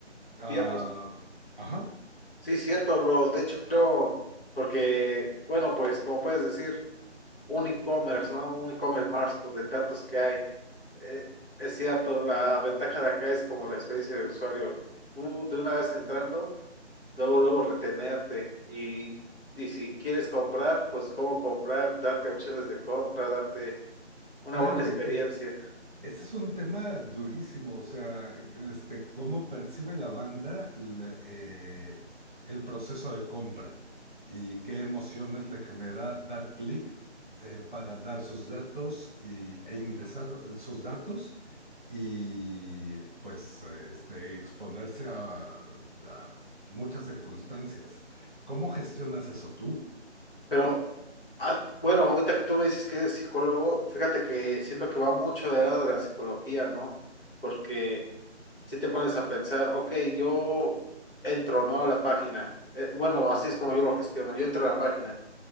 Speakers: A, on the right; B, on the left.
A: Ah,
B: Piernas.
A: ajá.
B: Sí, cierto, bro. De hecho, creo, porque, bueno, pues como puedes decir, un e-commerce, ¿no? Un e-commerce más, pues de tantos que hay. Eh, es cierto, la ventaja de acá es como la experiencia de usuario. Tú de una vez entrando, luego, luego retenerte. Y, y si quieres comprar, pues cómo comprar, darte opciones de compra, darte una
A: Claro,
B: buena experiencia.
A: y que Ese es un tema durísimo, o sea, este, cómo percibe la banda la- eh, el proceso de compra y qué emociones le genera dar clic eh, para dar sus datos y- e ingresar eh, sus datos y pues eh, este, exponerse a, a muchas circunstancias. ¿Cómo gestionas eso tú?
B: Pero, ah, bueno, ahorita que tú me dices que eres psicólogo, fíjate que siento que va mucho del lado de la psicología, ¿no? Porque... si te pones a pensar, ok, yo entro, ¿no? A la página. Eh, bueno, así es como yo lo gestiono. Yo entro a la página.